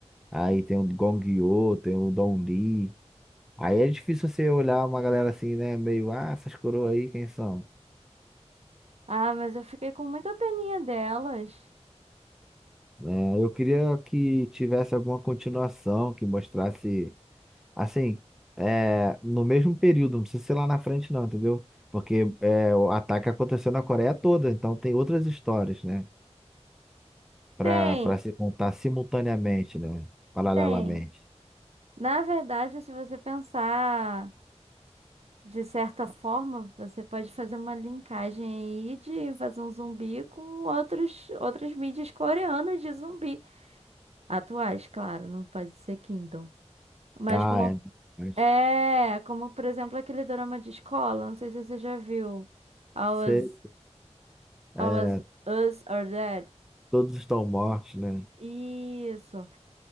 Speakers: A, in the centre; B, on the right.
A: Aí tem o Gong Yoo, tem o Don Lee. Aí é difícil você olhar uma galera assim, né? Meio, ah, essas coroas aí, quem são?
B: ah, mas eu fiquei com muita peninha delas.
A: né? eu queria que tivesse alguma continuação que mostrasse. Assim, é, no mesmo período, não precisa ser lá na frente, não, entendeu? Porque é, o ataque aconteceu na Coreia toda, então tem outras histórias, né? Pra,
B: Tem,
A: pra se contar simultaneamente, né? Paralelamente.
B: Tem. Na verdade, se você pensar de certa forma, você pode fazer uma linkagem aí de invasão zumbi com outros, outras mídias coreanas de zumbi. Atuais, claro, não pode ser Kingdom. Mas
A: Ah,
B: como
A: é. Mas
B: é, como por exemplo aquele drama de escola, não sei se você já viu. All
A: Você,
B: Us,
A: é,
B: All Us, Us Are Dead.
A: todos estão mortos, né?
B: Isso.